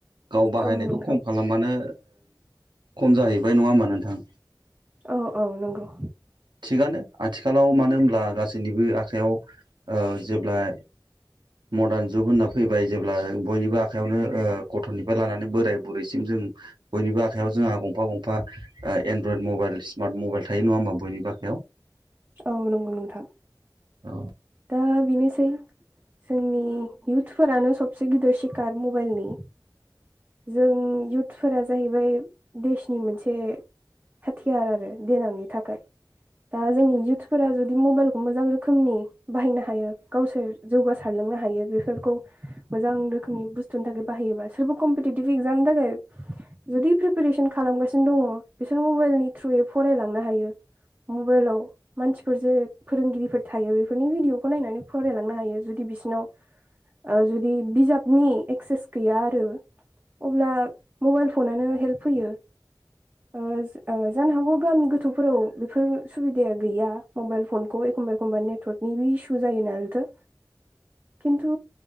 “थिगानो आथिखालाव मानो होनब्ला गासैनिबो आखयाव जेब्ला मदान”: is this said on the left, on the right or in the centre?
Right